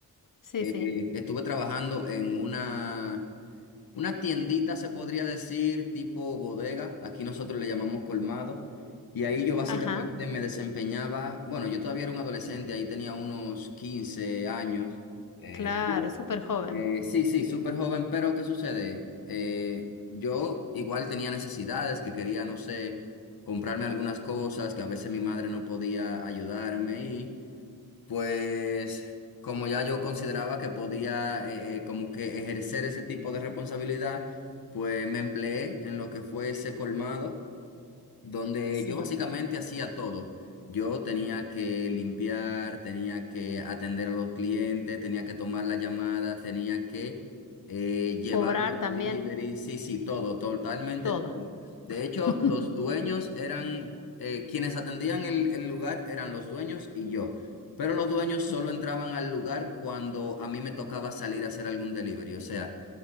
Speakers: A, on the left; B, on the left.
A: Sí,
B: eh,
A: sí.
B: eh, estuve trabajando en una una tiendita se podría decir, tipo bodega, aquí nosotros le llamamos colmado, y ahí yo básicamente
A: Ajá,
B: me desempeñaba, bueno, yo todavía era un adolescente, ahí tenía unos 15 años, eh,
A: claro, súper joven.
B: eh, sí, sí, súper joven, pero ¿qué sucede? Eh, yo igual tenía necesidades, que quería, no sé, comprarme algunas cosas, que a veces mi madre no podía ayudarme, y pues como ya yo consideraba que podía eh, eh, como que ejercer ese tipo de responsabilidad, pues me empleé en lo que fue ese colmado donde
A: Sí.
B: yo básicamente hacía todo. Yo tenía que limpiar, tenía que atender a los clientes, tenía que tomar la llamada, tenía que eh, llevar
A: Cobrar
B: los
A: también
B: delivery, sí, sí, todo, totalmente
A: todo.
B: todo. De hecho,
A: <laughs>
B: los dueños eran, eh, quienes atendían el, el lugar eran los dueños y yo. Pero los dueños solo
A: Bien,
B: entraban al lugar cuando a mí me tocaba salir a hacer algún delivery. O sea,